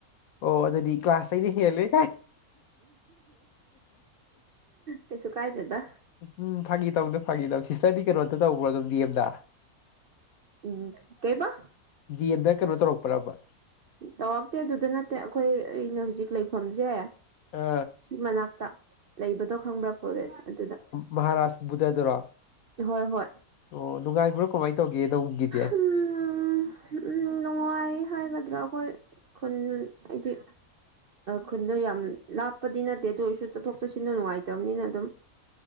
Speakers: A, on the left (about 70°); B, on the right (about 55°).
A: ꯑꯣ ꯑꯗꯨꯗꯤ ꯀ꯭ꯂꯥꯁꯇꯩꯩꯅ ꯍꯦꯜꯂꯦ ꯀꯥꯏ
B: ꯀꯩꯁꯨ ꯀꯥꯏꯗꯦꯗ
A: ꯎꯝ ꯐꯥꯒꯤ ꯇꯧꯗꯣ ꯐꯥꯒꯤ ꯇꯧ ꯁꯤꯁꯇꯔꯗꯤ ꯀꯩꯅꯣꯝ ꯇꯧꯕ꯭ꯔꯣ ꯑꯗꯨꯝ ꯗꯤꯑꯦꯝꯗ
B: ꯎꯝ ꯀꯩꯕ
A: ꯗꯤ ꯑꯦꯝꯗ ꯀꯩꯅꯣ ꯇꯧꯔꯛꯄ꯭ꯔꯕ
B: ꯇꯧꯔꯛꯇꯦ ꯑꯗꯨꯗ ꯅꯠꯇꯦ ꯑꯩꯈꯣꯏ ꯑꯩꯅ ꯍꯧꯖꯤꯛ ꯂꯩꯐꯝꯁꯦ
A: ꯑ
B: ꯁꯤ ꯃꯅꯥꯛꯇ ꯂꯩꯕꯗꯣ ꯈꯪꯕ꯭ꯔꯥ ꯀꯣꯂꯦꯁ ꯑꯗꯨꯗ
A: ꯃꯍꯥꯔꯥꯁ ꯕꯨꯙꯗꯨꯔꯣ
B: ꯍꯣꯏ ꯍꯣꯏ
A: ꯑꯣ ꯅꯨꯡꯉꯥꯏꯕ꯭ꯔꯣ ꯀꯃꯥꯏꯅ ꯇꯧꯒꯦ ꯅꯧꯒꯤꯗꯤ
B: ꯎꯝ ꯎꯝ ꯅꯨꯡꯉꯥꯏ ꯍꯥꯏꯒꯗ꯭ꯔꯥ ꯑꯩꯈꯣꯏ ꯈꯨꯟ ꯍꯥꯏꯗꯤ ꯈꯨꯟꯗ ꯌꯥꯝ ꯂꯥꯞꯄꯗꯤ ꯅꯠꯇꯦ ꯑꯗꯨ ꯑꯣꯏꯔꯁꯨ ꯆꯠꯊꯣꯛ ꯆꯠꯁꯤꯟꯗ ꯅꯨꯡꯉꯥꯏꯇꯕꯅꯤꯅ ꯑꯗꯨꯝ